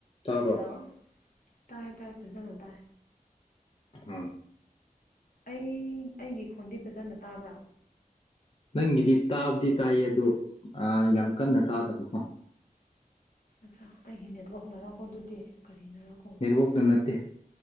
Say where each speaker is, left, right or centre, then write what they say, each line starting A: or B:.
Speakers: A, on the left; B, on the left.
A: ꯇꯥꯕ꯭ꯔꯣ
B: ꯍꯜꯂꯣ ꯇꯥꯏ ꯇꯥꯏ ꯐꯖꯅ ꯇꯥꯏ
A: ꯎꯝ
B: ꯑꯩ ꯑꯩꯒꯤ ꯈꯣꯟꯗꯤ ꯐꯖꯅ ꯇꯥꯕ꯭ꯔꯥ
A: ꯅꯪꯒꯤꯗꯤ ꯇꯥꯕꯨꯗꯤ ꯇꯥꯏꯌꯦ ꯑꯗꯣ ꯑ ꯌꯥꯝ ꯀꯟꯅ ꯇꯥꯗꯕꯀꯣ
B: ꯑꯠꯆꯥ ꯑꯩꯒꯤ ꯅꯦꯠꯋꯥꯛꯅꯔꯀꯣ ꯑꯗꯨꯗꯤ ꯀꯔꯤꯅꯔꯀꯣ
A: ꯅꯦꯠꯋꯥꯛꯇ ꯅꯠꯇꯦ